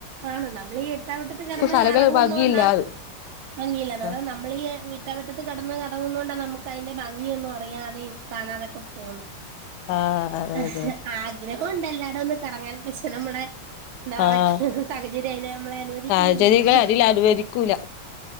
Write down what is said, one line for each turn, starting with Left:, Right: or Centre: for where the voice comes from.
Right: ആണ് നമ്മളി ഈ ഇട്ടാ വട്ടത്ത് കിടന്ന്
Left: സ്ഥലങ്ങൾ
Right: കറങ്ങുന്നോണ്ടാ
Left: ഭംഗിയില്ലാന്ന്
Right: ഭംഗിയില്ല എന്ന
Left: ആ
Right: നമ്മളീ ഇട്ടാ വട്ടത്ത് കടന്ന് കറങ്ങുന്ന കൊണ്ടാ നമുക്ക് അതിന്റെ ഭംഗിയൊന്നും അറിയാതെയും കാണാതൊക്കെ പോകുന്നത്
Left: ആഹ് അതെ അതെ
Right: ഹ് ആഗ്രഹം ഉണ്ട് എല്ലാട ഒന്ന് കറങ്ങാൻ പക്ഷെ നമ്മുടെ എന്താ പറയാ
Left: ആഹ്
Right: സാഹചര്യം അയന്‌ നമ്മളെ അനുവദിക്കുന്നില്ലല്ലോ
Left: സാഹചര്യങ്ങളെ അതിൽ അനുവദിക്കൂല